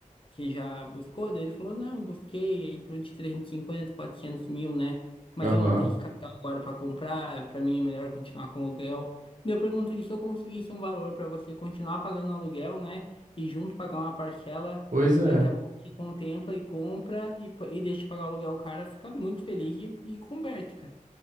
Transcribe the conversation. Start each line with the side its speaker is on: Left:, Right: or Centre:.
Left: que já buscou? Daí ele falou, não, busquei em torno de 350, 400 mil, né? Mas
Right: Aham.
Left: eu não tenho esse capital agora para comprar. Para mim é melhor continuar com aluguel. Daí eu pergunto, e se eu conseguisse um valor para você continuar pagando aluguel, né? E junto pagar uma parcela
Right: Pois
Left: que
Right: é.
Left: daqui a pouco te contempla e compra e, pa- e deixa pagar o aluguel, o cara fica muito feliz e, e converte, cara.